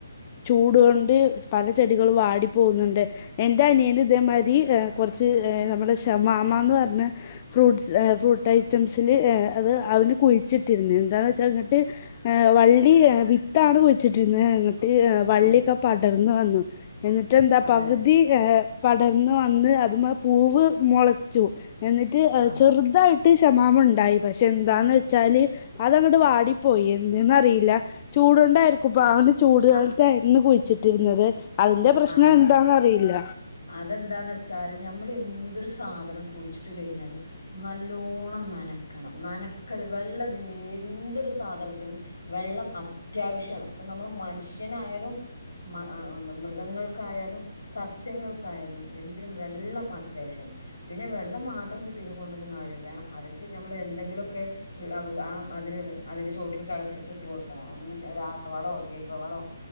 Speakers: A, on the left; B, on the left.
A: ചൂടുകൊണ്ട് പല ചെടികൾ വാടി പോകുന്നുണ്ട് എൻ്റെ അനിയന് ഇതേമാതിരി കുറച്ച് നമ്മുടെ ശെ മാമാന്ന് പറഞ്ഞ ഫ്രൂട്ട് ഫ്രൂട്ട് ഐറ്റംസിൽ അത് അവന് കുഴിച്ചിട്ടിരുന്ന് എന്താന്ന് വെച്ചാൽ അങ്ങ്ട്ട് വള്ളി വിത്താണ് കുഴിച്ചിട്ടിരുന്നത് അങ്ങട് ര് വള്ളിക്കെ
B: ആഹ്
A: പടർ അന്ന് വന്നു എന്നിട്ട് എന്താ
B: അതെ
A: പകുതി ഏഹ് പടർന്ന് വന്ന് അതിമ്മേ പൂവ് മുളച്ചു എന്നിട്ട്
B: ആഹ്
A: മായിട്ട് ഷമാമ് ഇണ്ടായി പക്ഷെ എന്താന്ന് വെച്ചാല് അതങ്ങട്ട് വാടിപ്പോയി എന്ത്ന്നറിയില്ല ചൂടുണ്ടായിരിക്കും അപ്പ അവന് ചൂട് കാലത്തായിരുന്നു
B: അ
A: കു വച്ചിട്ടിരുന്നത് അതിന്റെ പ്രശ്നം
B: ആഹ്
A: എന്താന്ന് അറിയില്ല
B: അതെന്താന്ന് വെച്ചാല് ഞമ്മള് എന്തൊരു സാധനം കുഴിച്ചിട്ട് കഴിഞ്ഞാലും നല്ലോണ്ണം നനക്കണം നന ക്കല് വെള്ളദിൻ്റേ എന്തൊരു സാധനത്തിനും വെള്ളം അത്യാവശ്യമാണ്, അപ്പ നമ്മള് മനുഷ്യനായാലും മ അ എന്ത മൃഗങ്ങൾക്കായാലും സസ് സ്യങ്ങൾക്കായാലും എന്തിനും വെള്ളം അത്യാവശ്യാണ്, പിന്നെ വെള്ളം മാത്രം കിട്ടിയതിനെ കൊണ്ടൊന്നും കാര്യല്ല, അതൊക്കെ നമ്മള് എന്തെങ്കിലൊക്കെ മ് ആ അതിന് അതിന്റെ ചോട്ടില് കളച്ചിട്ട് ഇട്ട് കൊടുക്കണം, <unintelligible> രാസവളോ ജൈവ വളോ